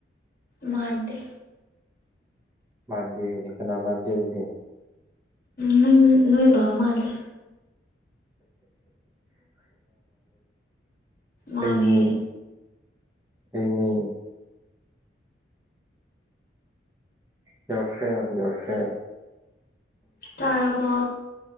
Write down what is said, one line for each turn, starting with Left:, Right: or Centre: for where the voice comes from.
Left: ꯃꯥꯥꯟꯗ
Right: ꯃꯥꯟꯗꯅ‌ꯦ ꯀꯅꯥ ꯃꯥꯟꯗ‌ꯦ ꯑꯗꯨꯗꯤ꯫
Left: ꯅꯪ ꯅꯣꯏ ꯕꯥ ꯃꯥꯜꯂꯤ꯫ ꯃꯥꯅꯦ
Right: ꯑꯩꯅꯤ꯫ ꯑꯩꯅꯦ ꯖꯔꯐꯦꯦꯜ ꯌꯖꯔꯐꯦꯦꯜ
Left: ꯇꯥꯔꯕꯣ꯫